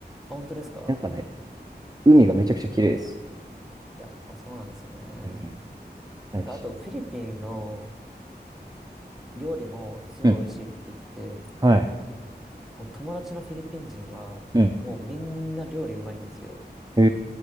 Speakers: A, in the centre; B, on the right (about 20°).
A: あ、本当ですか
B: やっぱね、海がめちゃくちゃ綺麗です。
A: やっぱそうなんですよね。
B: うん。なんかし
A: なんかあとフィリピンの料理もすごい美味しいって聞いてて、
B: うん。はい。
A: もう友達のフィリピン人はもうみんな料理うまいんですよ。
B: うん。へ